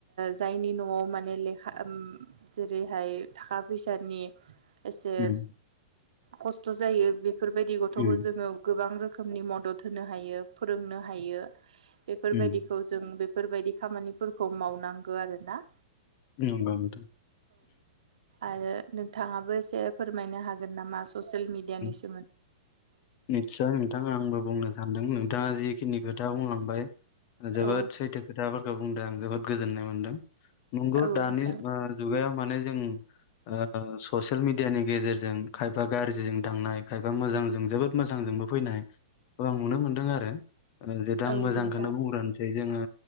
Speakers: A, on the right; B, on the left.
A: जायनि न'आव माने लेखा जेरैहाय थाखा फै फैसानि एसे
B: उम
A: खस्थ' जायो बेफोर बायदि गथ'खौ
B: उम
A: जोङो गोबां रोखोम रोखोमनि मदद होनो हायो फोरोंनो हायो बेफोरबायदिखौ
B: उम
A: जों बे बेफोरबायदि खामानिफोरखौ मावनांगौ आरो ना
B: नंगौ नोंथां
A: आरो नोंथाङाबो एसे फोरमायनो हागोन नामा ससियेल मिडिया नि सि
B: निस्साय नोंथां आंबो बुंनो सानदों दा जिखिनि खोथा बुंलांबाय जोबोद
A: औ
B: सैथो खोथाफोरखौ बुंदों आं जोबोद गोजोन्नाय मोनदों नंगौ
A: औ
B: दानि
A: नोंथां
B: ओ जुगायाव मनो जों ओ ससेल मिडियानि गेजेर जों खायाफा गारजिजों थांनाय खायफा मोजांजों जोबोद मोजांजोंबो फैनाय खौ आं नुनो मोनदों आरो जे दा आं
A: औ
B: मोजांखौनो
A: नोंथां
B: बुंग्रानोसै जोङो